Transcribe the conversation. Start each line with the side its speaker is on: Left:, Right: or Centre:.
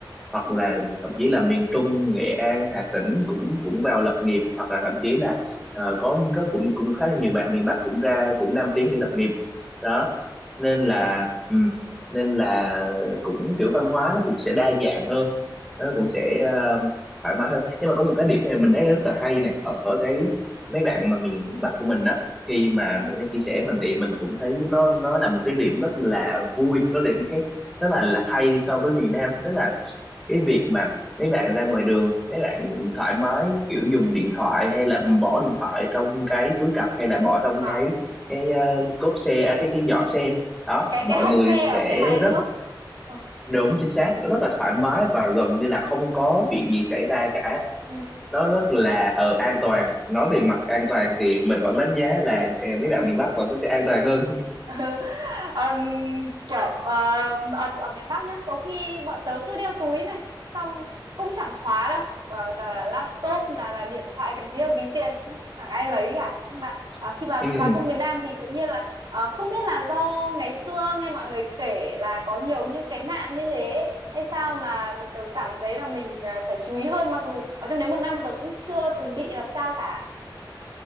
Centre: hoặc
Right: ừ
Centre: là thậm chí là miền Trung Nghệ An Hà Tĩnh cũng cũng vào lập nghiệp hoặc là thậm
Right: ừ
Centre: chí là ờ, có có cũng cũng khá là nhiều bạn miền Bắc cũng ra cũng Nam tiến để lập nghiệp đó
Right: ừ.
Centre: nên là ừ, nên là cũng kiểu văn hóa nó cũng sẽ đa dạng hơn nó
Right: ừ.
Centre: cũng sẽ ờ, thoải mái hơn nhưng mà có một cái điểm này mình thấy rất là hay này ở ở cái mấy bạn mà miền Bắc của mình đó khi mà mình mới chia sẻ mình thì mình cũng thấy nó nó là một cái điểm rất là vui rất là một cái rất là, là hay so với miền Nam tức là cái việc mà mấy bạn ra ngoài đường mấy bạn thoải mái kiểu dùng điện thoại hay là bỏ điện thoại trong cái túi cặp hay là bỏ trong
Right: à
Centre: cái cái ờ, cốp xe à, cái cái giỏ xe đó
Right: cái
Centre: mọi
Right: cái hộp
Centre: người
Right: xe
Centre: sẽ
Right: ở xe máy đúng
Centre: rất
Right: không ừ
Centre: đúng chính xác rất là thoải mái và gần như là không có chuyện gì xảy ra cả
Right: ừ
Centre: nó rất là ờ, an toàn nói về mặt an toàn thì mình vẫn đánh giá là ờ, mấy bạn miền Bắc vẫn sẽ an toàn hơn
Right: Ừ. Ờm, kiểu ờm, ở, ở miền Bắc nhá có khi bọn tớ cứ đeo túi này xong cũng chẳng khóa đâu Ờ, toàn là laptop là là điện thoại thậm chí là ví tiền cũng chẳng ai lấy cả nhưng mà ờ,
Centre: <laughs>
Right: khi vào
Centre: ừ
Right: vào trong miền Nam thì tự nhiên là ờ, không biết là do ngày xưa nghe mọi người kể là có nhiều những cái nạn như thế hay sao mà tớ cảm thấy là mình ờ, phải chú ý hơn mặc dù ở trong đấy một năm tớ cũng chưa từng bị làm sao cả